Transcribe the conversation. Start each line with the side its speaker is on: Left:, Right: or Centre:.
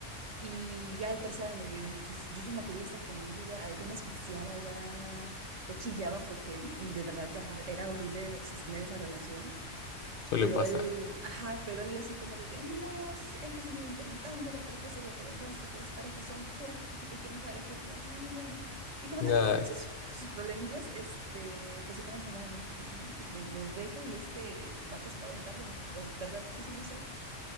Right: Y ya el tercer año yo ya no quise, yo ya no quería estar con él, yo ya, ya me asfixiaba, ya, ya chillaba porque mm, de verdad ya era horrible sostener esa relación.
Left: suele
Right: Pero
Left: pasar.
Right: él, ajá, pero él así como de que no, sí, hay que seguir intentándolo porque eso es lo que demuestra que las parejas son fuertes y que quién sabe qué. Y yo, de, ah, bueno. Y como
Left: Nada,
Right: tenía también sus, sus problemillas, este, pues sí, también me daba miedo porque dije, no manches, me lo dejo y este vato se va a aventar de un ter- tercer piso, no sé.